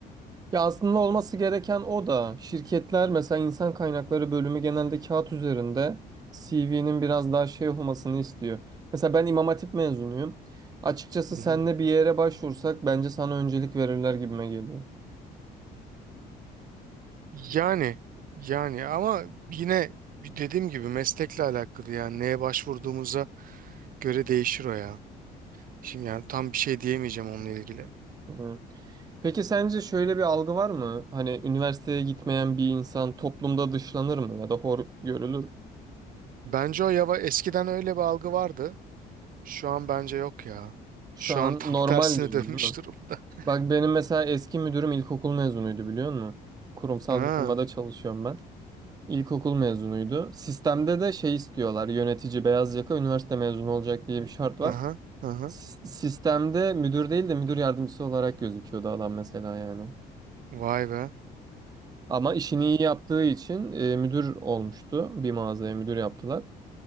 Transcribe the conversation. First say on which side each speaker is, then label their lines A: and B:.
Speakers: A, on the right; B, on the right.
A: Ya aslında olması gereken o da şirketler mesela insan kaynakları bölümü genelde kağıt üzerinde CV'nin biraz daha şey olmasını istiyor. Mesela ben İmam Hatip mezunuyum. Açıkçası
B: Hı hı.
A: senle bir yere başvursak bence sana öncelik verirler gibime geliyor.
B: Yani yani ama yine dediğim gibi meslekle alakalı yani neye başvurduğumuza göre değişir o ya. Şimdi yani tam bir şey diyemeyeceğim onunla ilgili.
A: Hı. Peki sence şöyle bir algı var mı? Hani üniversiteye gitmeyen bir insan toplumda dışlanır mı ya da hor görülür? mü?
B: Bence o yava eskiden öyle bir algı vardı. Şu an bence yok ya.
A: Şu
B: Şu
A: an
B: an <laughs> tam
A: normal
B: tersine
A: diyorum
B: dönmüş
A: değil mi?
B: durumda. <laughs>
A: Bak benim mesela eski müdürüm ilkokul mezunuydu biliyor musun? Kurumsal
B: Ha,
A: bir firmada çalışıyorum ben. İlkokul mezunuydu. Sistemde de şey istiyorlar. Yönetici beyaz yaka üniversite mezunu olacak diye bir şart var.
B: aha, aha.
A: S- Sistemde müdür değil de müdür yardımcısı olarak gözüküyordu adam mesela yani.
B: Vay be.
A: Ama işini iyi yaptığı için e, müdür olmuştu. Bir mağazaya müdür yaptılar.